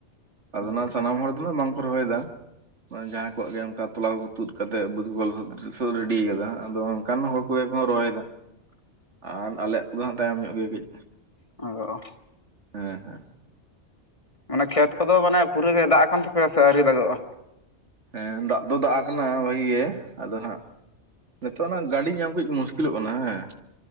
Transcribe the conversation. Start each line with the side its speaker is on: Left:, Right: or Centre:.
Right: ᱟᱫᱚ ᱱᱟᱜ
Left: ᱟᱪᱪᱷᱟ
Right: ᱥᱟᱱᱟᱢ ᱦᱚᱲ ᱫᱚ ᱵᱟᱝᱠᱚ ᱨᱚᱦᱚᱭᱫᱟ, ᱢᱟᱱᱮ ᱡᱟᱦᱟᱭ ᱠᱚᱣᱟᱜ ᱜᱮ ᱚᱱᱠᱟ ᱛᱚᱞᱟ ᱠᱚ ᱛᱩᱫ ᱠᱟᱛᱮᱫ ᱵᱟᱹᱫ ᱠᱚ ᱞᱚᱥᱚᱫ ᱨᱟᱹᱰᱤ ᱠᱟᱫᱟ ᱟᱫᱚ ᱚᱱᱠᱟᱱ ᱦᱚᱲ ᱠᱚᱜᱮ ᱠᱚ ᱨᱚᱦᱚᱭᱫᱟ᱾
Left: <inaudible>
Right: ᱟᱨ ᱟᱞᱮᱭᱟᱜ ᱠᱚᱫᱚ ᱦᱟᱸᱜ ᱛᱟᱭᱚᱢ ᱧᱚᱜ ᱜᱮ ᱠᱟᱹᱡ᱾
Left: ᱚᱸᱻ
Right: ᱦᱮᱸ ᱦᱮᱸ
Left: ᱢᱟᱱᱮ ᱠᱷᱮᱛ ᱠᱚᱫᱚ ᱢᱟᱱᱮ ᱯᱩᱨᱟᱹ ᱜᱮ ᱫᱟᱜ ᱠᱟᱱ ᱛᱟᱯᱮᱭᱟ ᱥᱮ ᱟᱹᱣᱨᱤ ᱫᱟᱜᱚᱜᱼᱟ?
Right: ᱦᱮᱸ ᱫᱟᱜ ᱫᱚ ᱫᱟᱜ ᱟᱠᱟᱱᱟ ᱵᱷᱟᱜᱤ ᱜᱮ ᱟᱫᱚ ᱦᱱᱟᱜ, ᱱᱤᱛᱚᱜ ᱚᱱᱟ ᱜᱟᱹᱰᱤ ᱧᱟᱢ ᱠᱟᱹᱡ ᱢᱩᱥᱠᱤᱞᱚᱜ ᱠᱟᱱᱟ ᱦᱮᱸ᱾